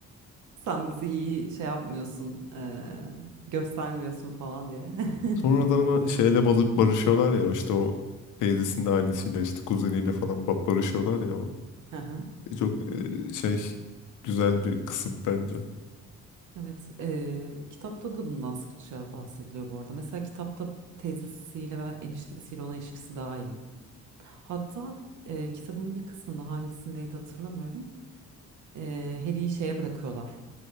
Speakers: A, on the right (about 75°); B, on the left (about 80°).
A: Sen bizi iyi şey yapmıyorsun, eee, göstermiyorsun falan diye. <laughs>
B: Sonradan ama şeyle balık barışıyorlar ya işte o teyzesinin ailesiyle işte kuzeniyle falan ba- barışıyorlar ya.
A: Hı hı.
B: Çok e, şey güzel bir kısım bence.
A: Evet, eee, kitapta da bundan sıkça bahsediliyor bu arada. Mesela kitapta teyzesiyle ve eniştesiyle olan ilişkisi daha iyi. Hatta eee, kitabın bir kısmında hangisindeydi hatırlamıyorum. Eee Harry'i şeye bırakıyorlar.